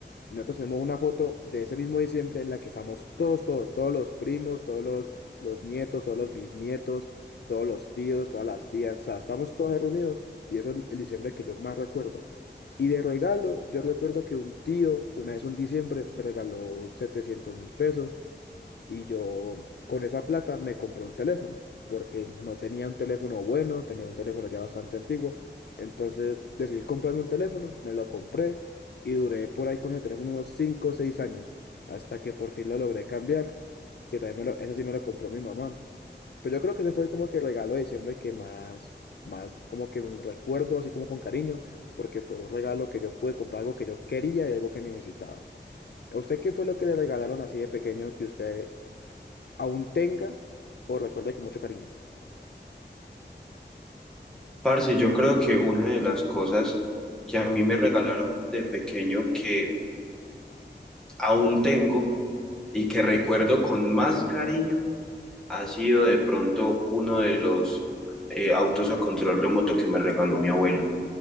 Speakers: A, on the left; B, in the centre.
A: Nosotros tenemos una foto de ese mismo diciembre en la que estamos todos, todos, todos los primos, todos los, los nietos, todos los bisnietos, todos los tíos, todas las tías. O sea, estamos todos reunidos. Y eso es el diciembre que yo más recuerdo. Y de regalo, yo recuerdo que un tío, una vez un diciembre, me regaló setecientos mil pesos y yo con esa plata me compré un teléfono, porque no tenía un teléfono bueno, tenía un teléfono ya bastante antiguo, entonces decidí comprarme un teléfono, me lo compré y duré por ahí con ese teléfono unos 5 o 6 años, hasta que por fin lo logré cambiar, que también me lo, ese sí me lo compró mi mamá. Pero yo creo que ese fue como que el regalo de diciembre que más, más como que recuerdo, así como con cariño, porque fue un regalo que yo pude comprar algo que yo quería y algo que necesitaba. ¿A usted qué fue lo que le regalaron así de pequeño que usted aún tenga o recuerde con mucho cariño.
B: Parce, yo creo que una de las cosas que a mí me regalaron de pequeño que aún tengo y que recuerdo con más cariño ha sido de pronto uno de los eh, autos a control remoto que me regaló mi abuelo.